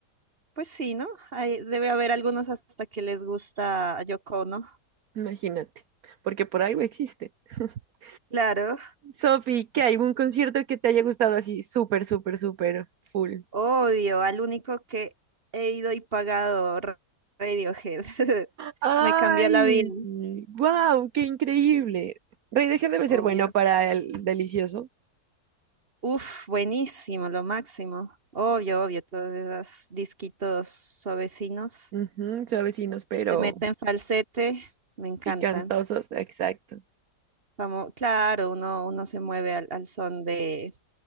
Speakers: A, on the right (about 35°); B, on the right (about 60°).
A: Pues sí, ¿no? Ahí debe haber algunos hasta que les gusta Yoko Ono.
B: Imagínate. Porque por algo existe. <laughs>
A: Claro,
B: Sofi, ¿qué hay? ¿Un concierto que te haya gustado así? Súper, súper, súper full.
A: obvio, al único que he ido y pagado Ra- Radiohead. <laughs>
B: ¡Ay!
A: Me cambió la vida,
B: ¡Wow! ¡Qué increíble! Rey de Gen debe
A: obvio.
B: ser bueno para el delicioso.
A: Uf, buenísimo, lo máximo. Obvio, obvio, todos esos disquitos suavecinos.
B: Ujú, suavecinos, pero
A: Te meten falsete, me encantan.
B: picantosos. Exacto.
A: Vamos, claro, uno, uno se mueve al, al son de,